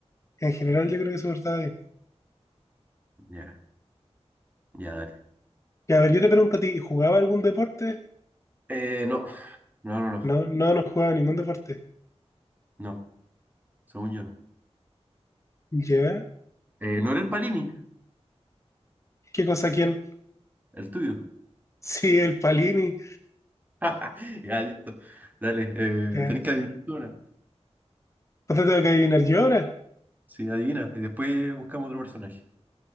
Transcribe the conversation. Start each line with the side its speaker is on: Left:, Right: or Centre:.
Left: En general, yo creo que se portaba bien.
Right: Ya, ya, dale.
Left: Y a ver, yo te pregunto a ti, ¿jugaba algún deporte?
Right: Eh, no. No, no, no.
Left: No, no, no jugaba ningún deporte.
Right: No. Según yo no.
Left: ¿Ya?
Right: Eh, ¿no era el Palini?
Left: ¿Qué cosa quién? <laughs>
Right: El tuyo.
Left: Sí, el Palini.
Right: <laughs> Ya, listo. Dale, eh,
Left: Ya.
Right: tenés que adivinar tú ahora.
Left: ¿Cuánto tengo que adivinar yo ahora?
Right: Sí, adivina. Y después buscamos otro personaje.